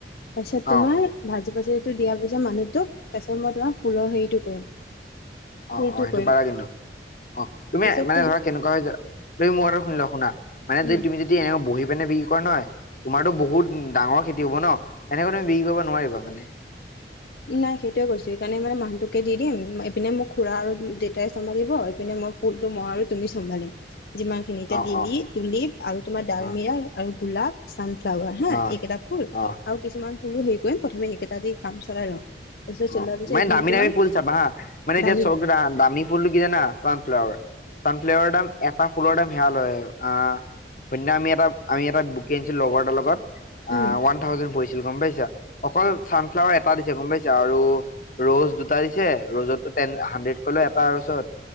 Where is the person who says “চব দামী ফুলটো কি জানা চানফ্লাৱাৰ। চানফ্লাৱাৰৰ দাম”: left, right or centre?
Left